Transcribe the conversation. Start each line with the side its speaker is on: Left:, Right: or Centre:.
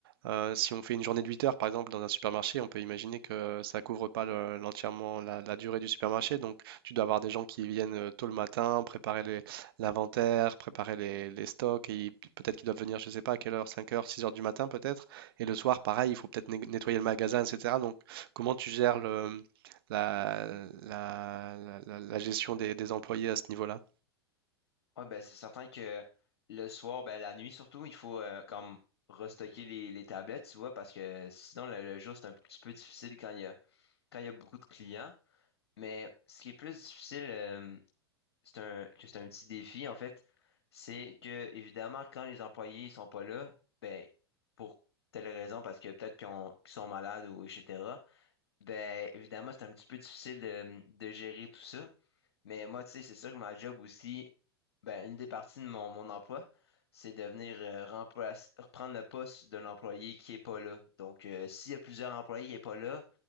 Right: euh, si on fait une journée de 8 heures, par exemple, dans un supermarché, on peut imaginer que ça couvre pas le- l'entièrement la, la durée du supermarché. Donc, tu dois avoir des gens qui viennent euh, tôt le matin, préparer les, l'inventaire, préparer les, les stocks, et ils- peut-être qu'ils doivent venir, je ne sais pas à quelle heure, 5 heures, 6 heures du matin peut-être, et le soir, pareil, il faut peut-être né- nettoyer le magasin, etc. Donc, comment tu gères le, la, la, la- la- la gestion des, des employés à ce niveau-là?
Left: Ouais, ben, c'est certain que le soir, ben, la nuit surtout, il faut, euh, comme, restocker les, les tablettes, tu vois, parce que sinon, le, le jour, c'est un petit peu difficile quand il y a, quand il y a beaucoup de clients. Mais ce qui est plus difficile, euh, c'est un, que c'est un petit défi, en fait, c'est que, évidemment, quand les employés sont pas là, ben, pour telle raison, parce que peut-être qu'ils ont- qu'ils sont malades ou etc., ben, évidemment, c'est un petit peu difficile de, de gérer tout ça. Mais moi, tu sais, c'est sûr que ma job aussi, ben, une des parties de mon, mon emploi, c'est de venir euh, remplace- reprendre le poste de l'employé qui est pas là. Donc, euh, s'il y a plusieurs employés qui est pas là,